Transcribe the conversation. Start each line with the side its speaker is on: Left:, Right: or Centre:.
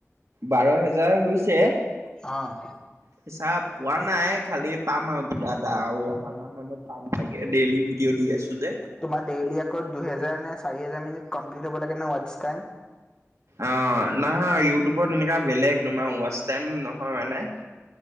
Right: বাৰ হেজাৰ হৈছে।
Left: অ',
Right: পইচা পোৱা নাই খালি পাম আৰু কিবা এটা আৰু অহামাহ মানত পাম চাগে ডেইলি ভিডিঅ' দি আছো যে।
Left: তোমাৰ ডেইলি আকৌ দুহেজাৰ নে চাৰি হেজাৰ মিনিট কমপ্লিট হ'ব লাগে ন ৱাটচ টাইম।
Right: অ, নাহৈ ইউটিউবত এনেকুৱা বেলেগ তোমাৰ ৱাটচ টাইম নহয় মানে।